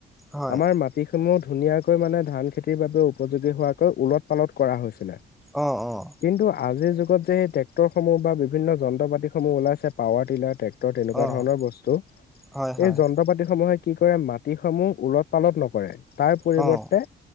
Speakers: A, in the centre; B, on the left.
A: হয়,
B: আমাৰ মাটিস সমূহ ধুনীয়াকৈ মানে ধান খেতিৰ বাবে উপযোগী হোৱাকৈ ওলট-পালট কৰা হৈছিলে।
A: অ' অ'
B: কিন্তু আজিৰ যু -গত যে টেক্টৰসমূহ বা বিভিন্ন যন্ত্ৰ-পাতিসমূহ ওলাইছে পাৱাৰ টিলাৰ, টেক টৰ তেনেকুৱা
A: অ'
B: ধৰণৰ বস্তু।
A: হয়, হয়,
B: এই যন্ত্ৰ- পাতিসমূহ এ কি কৰে মাটিসমূহ ওলট-পালট নকৰে, তাৰ পৰিৱৰ্তে
A: অ'